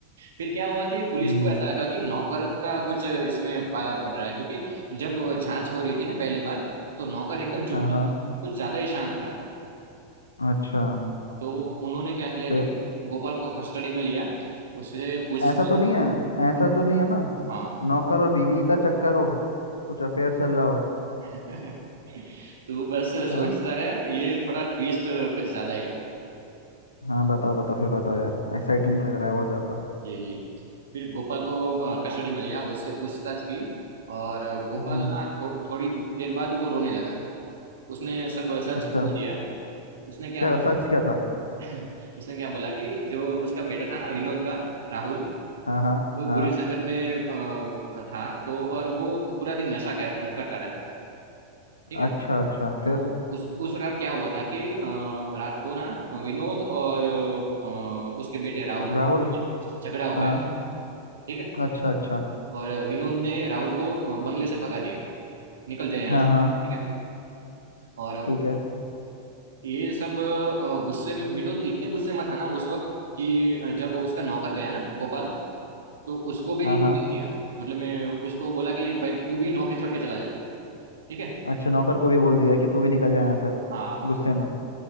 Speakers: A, on the right; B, on the left.
A: फिर क्या हुआ कि पुलिस
B: हम्म
A: को ऐसा लगा कि नौकर का कुछ इसमें पाला पड़ रहा है क्योंकि जब जांच हो रही थी ना पहली बार तो नौकर एकदम चुप
B: हाँ हाँ
A: था कुछ ज्यादा ही शांत था
B: अच्छा
A: तो उन्होंने क्या किया
B: फिर
A: कि गोपाल को कस्टडी में लिया उससे पूछ
B: ऐसा तो नहीं है ऐसा तो नहीं है ना
A: हाँ
B: नौकर और बीवी का चक्कर हो कुछ अफेयर चल रहा हो
A: <laughs> तो बस
B: हाँ
A: सोचता रहे ये थोड़ा ट्विस्ट कुछ ज्यादा ही है
B: हाँ बताओ बताओ फिर बताओ यार एक्साइटिंग लग रहा है बहुत ज्यादा
A: जी जी फिर गोपाल को कस्टडी में लिया उससे पूछताछ की और अ, गोपाल
B: हम्म
A: ना थो, थोड़ी देर बाद वो रोने लगा उसने सब सच
B: अच्छा
A: उगल दिया उसने क्या
B: क्या सच क्या था
A: बोला <laughs> उसने क्या बोला कि जो उसका बेटा था ना विनोद का राहुल
B: हाँ हाँ
A: वो
B: हाँ
A: बुरी संगत में अ, था तो और वो पूरा दिन नशा कर, करता रहता था, ठीक है
B: अच्छा अच्छा फिर
A: तो उस उस रात क्या हुआ था कि अ, रात को ना विनोद और अ, उसके बेटे राहुल
B: राहुल
A: झगड़ा हो गया
B: हाँ
A: ठीक है
B: अच्छा अच्छा
A: और विनोद ने राहुल को अ, बंगले से भगा दिया निकल जाए यहाँ
B: हाँ
A: से
B: हाँ
A: ठीक है और
B: ठीक है
A: ये सब अ, गुस्से में विनोद इतने गुस्से में था ना उस वक्त कि अ, जब उसका नौकर गया ना गोपाल तो उसको भी
B: हाँ
A: निकल
B: हाँ
A: दिया मतलब मैं उसको बोला कि भाई तू भी नौकरी छोड़ के चला जा ठीक है
B: अच्छा नौकर को भी बोल दिया कि तू भी निकल जाए यहाँ से अब
A: हाँ
B: गुस्से में